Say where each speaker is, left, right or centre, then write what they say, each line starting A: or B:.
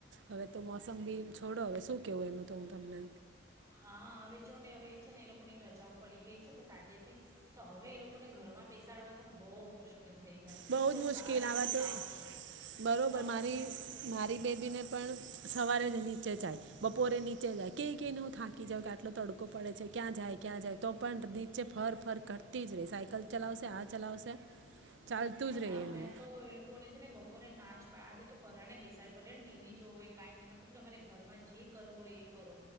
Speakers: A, on the right; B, on the right.
A: હવે તો મોસમ બી છોડો હવે, શું કેવું એનું તો હું, તમને
B: હા હવે જો ને હવે છે ને એ લોકોની રજાઓ પડી ગઈ બસ આજે થી તો હવે એ લોકો ને ઘરમાં બેસાડવાય છે ને બહુ મુશ્કેલ થઈ ગયા છે
A: બહ,
B: એક તો
A: જ મુશ્કેલ
B: બહાર
A: આવા
B: એટલો
A: તો
B: તાપ છે
A: બરોબર
B: તો આપણને
A: મારી મારી બેબીને પણ સવારે નીચે જાય બપોરે નીચે જાય ક કને હું થાકી જઉ કે આટલો તડકો પડે છે ક્યાં જાય ક્યાં જાય તો પણ નીચે ફર ફર કરતી જ રહી સાયકલ ચલાવશે આ ચલાવશે ચાલતું
B: ના
A: જ રહે
B: ના
A: એનું
B: મેં, તો એ લોકો લ છે ને, બપોરે નાચ પણ આજે તો પરરાણે બેસાડ પલે ને ટીવી જો હોવે કઈ નહીમાં કેટલ તમારે ઘરમાં જે કરવું હોય એ કરો